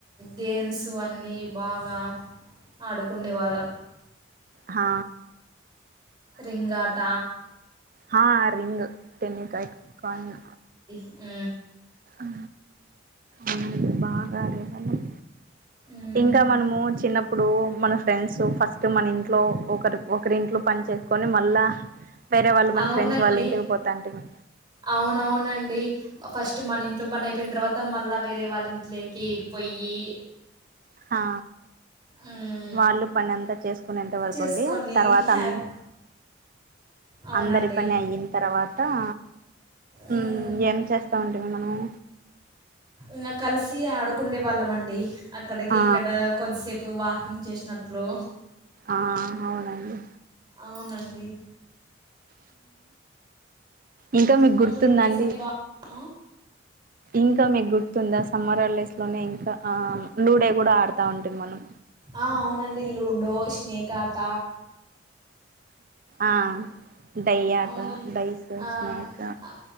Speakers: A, on the right (about 20°); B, on the right (about 45°).
A: గేమ్స్ అన్నీ బాగా ఆడుకుండే వాళ్ళం
B: హా
A: రింగ్ ఆట
B: హా రింగ్ టెన్నికైట్ కాయిన్
A: ఉ
B: ఉ అవునడి బాగా ఆడేవాళ్ళం
A: మ్మ్.
B: ఇంకా మనము చిన్న అప్ ప్పుడు మన ఫ్రెండ్స్ ఫస్ట్ మన ఇంట్లో ఒకరి ఒకరింట్లో పని చేసుకొని మళ్ళా వేరే వాళ్ళు మన
A: అవునండి
B: ఫ్రెండ్స్ వాళ్ళు ఇంటికి పోతాంటిమి
A: అవునవునండి ఫస్ట్ మన ఇంట్లో పని అయిపోయిన తర్వాత మళ్ళా వేరే వాళ్ళ ఇంట్లోకి పోయి
B: హా
A: మ్మ్.
B: వాళ్ళు పని అంతా చేసుకునేంతవరకుండి
A: చేసుకొని
B: తర్వాత
A: హ్యాపీ
B: అన్
A: అవునండి
B: అందరి పని అయిన తర్వా త
A: మ్మ్.
B: ఉ ఏం చేస్తా ఉంటివి మనము
A: ఇకా కలిసి ఆడుకుండే వాళ్ళంమండి అక్కడికి
B: ఆ
A: ఇక్కడ కొద్దిసేపు వా కింగ్ చేసినట్లు
B: ఆ అవునండి
A: అవునండి
B: ఇంకా
A: చిన్నప్పుడు
B: మీకు గుర్తుందండి
A: డేస్ అన్నీ బా ఆ?
B: ఇంకా తో మీకు గుర్తుందా సమ్మర్ హడేస్ లోనే ఇంకా లూడే కూడా ఆడుతా ఉంటిమి మనం
A: ఆ అవునండి లూడో స్నేక్ ఆట
B: ఆ డయయాట
A: అవునండి
B: డైస్
A: ఆ
B: స్నేక్
A: ఆ,